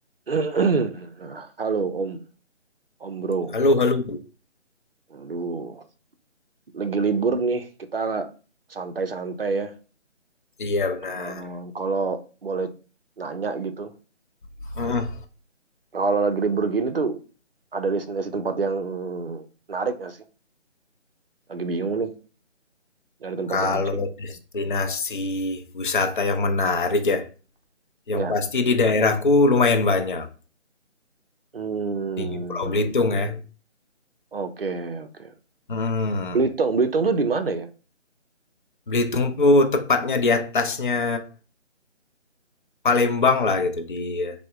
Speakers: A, on the right; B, on the left.
A: <clears throat> Halo Om, Om Bro.
B: Halo, halo.
A: Aduh, lagi libur nih, kita santai-santai ya.
B: Iya, benar.
A: Ehm, kalau boleh nanya gitu,
B: Heeh.
A: Nah, kalau lagi libur gini tuh ada destinasi tempat yang menarik nggak sih? Lagi bingung nih, nyari tempat
B: Kalau
A: yang asik.
B: destinasi wisata yang menarik ya, yang
A: Ya.
B: pasti di daerahku lumayan banyak.
A: Hmm,
B: Di Pulau Belitung ya.
A: oke, oke.
B: Hmm.
A: Belitung, Belitung tuh di mana ya?
B: Belitung tuh tepatnya di atasnya Palembang lah gitu di